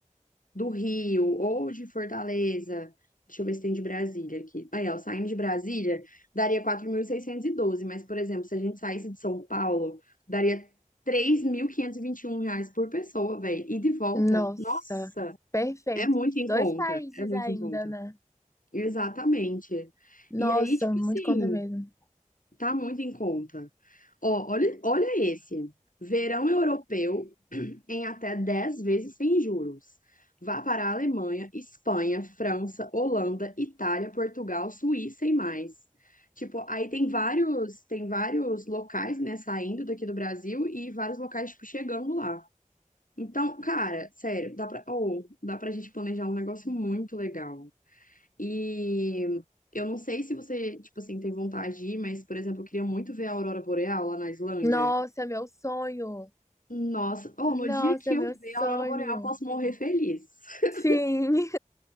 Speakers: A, on the left; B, on the left.
A: do Rio ou de Fortaleza. Deixa eu ver se tem de Brasília aqui. Aí, ó, saindo de Brasília, daria quatro mil seiscentos e doze mas, por exemplo, se a gente saísse de São Paulo, daria três mil quinhentos e e vinte e um reais por pessoa, velho. E de volta,
B: Nossa,
A: nossa,
B: perfeito.
A: é muito em conta,
B: Dois países
A: é muito
B: ainda,
A: em conta.
B: né?
A: Exatamente.
B: Nossa,
A: E aí, tipo
B: muito
A: assim,
B: conta mesmo.
A: Tá muito em conta. Ó, olha, olha esse. Verão europeu em até 10 vezes sem juros. Vá para a Alemanha, Espanha, França, Holanda, Itália, Portugal, Suíça e mais. Tipo, aí tem vários, tem vários locais, né, saindo daqui do Brasil e vários locais, tipo, chegando lá. Então, cara, sério, dá pra, ou dá pra gente planejar um negócio muito legal. E eu não sei se você, tipo assim, tem vontade de ir, mas, por exemplo, eu queria muito ver a aurora boreal lá na Islândia.
B: Nossa, meu sonho.
A: Nossa, oh,
B: Nossa,
A: no dia que eu
B: meu sonho.
A: ver a aurora boreal, eu posso morrer feliz. <laughs>
B: Sim.